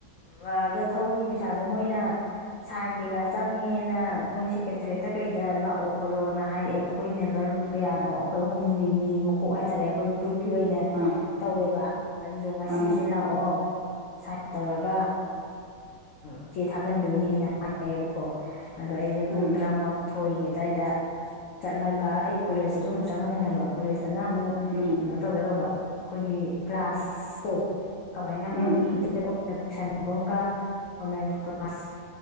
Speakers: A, on the left; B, on the right.
A: ꯑꯗ ꯊꯧꯕꯒꯤ ꯄꯩꯁꯥꯗꯣ ꯃꯣꯏꯅ ꯁꯥꯏꯟ ꯀꯩꯀꯥ ꯆꯪꯉꯦꯅ ꯃꯣꯏ ꯁꯦꯀ꯭ꯔꯦꯇꯔꯦꯠꯇ ꯀꯩꯗ ꯂꯥꯛꯑꯣ ꯈꯣꯠꯂꯣꯅ ꯍꯥꯏꯔꯛꯑꯦꯕ ꯑꯩꯈꯣꯏ ꯃꯦꯝꯕꯔ ꯀꯌꯥꯅꯣ ꯑꯩꯈꯣꯏ ꯑꯍꯨꯝꯒꯤ ꯃꯤ ꯃꯀꯣꯛ ꯍꯥꯏꯇꯥꯔꯦ ꯑꯩꯈꯣꯏ ꯒ꯭ꯔꯨꯞ ꯀ ꯑꯣꯏꯅ
B: ꯑꯥ
A: ꯇꯧꯋꯦꯕ ꯑꯗꯨꯗꯣ ꯉꯁꯤꯁꯦ
B: ꯑꯥ
A: ꯂꯥꯛꯑꯣ ꯁꯥꯏꯟ ꯇꯧꯔꯒ ꯏꯆꯦ ꯊꯥꯛꯀꯟꯗꯣꯏꯅꯦꯅ ꯍꯥꯏꯌꯦꯕꯀꯣ ꯑꯗꯣ ꯑꯩꯁꯦ
B: ꯎꯝ
A: ꯄꯨꯡ ꯇꯔꯥꯃꯉ ꯊꯣꯏꯒꯦ ꯑꯗꯨꯏꯗ ꯆꯠꯂꯒ ꯑꯩ ꯀꯣꯂꯦꯖꯇꯁꯨ ꯑꯃꯨꯛ ꯆꯪꯉꯒ ꯍꯥꯏꯕ ꯀꯣꯂꯦꯖ ꯐꯖꯅ ꯑꯃꯨꯛ
B: ꯎꯝ
A: ꯀꯩꯅꯣ ꯇꯧꯒꯦ ꯇꯧꯕ ꯑꯩꯈꯣꯏꯒꯤ ꯀ꯭ꯂꯥꯁ ꯇꯣ ꯀꯃꯥꯏꯅ
B: ꯎꯝ
A: ꯃꯣꯏꯒꯤ ꯇꯁꯟꯅꯒꯨꯝꯒ ꯐꯣꯔꯃꯦꯜ ꯀ꯭ꯂꯥꯁ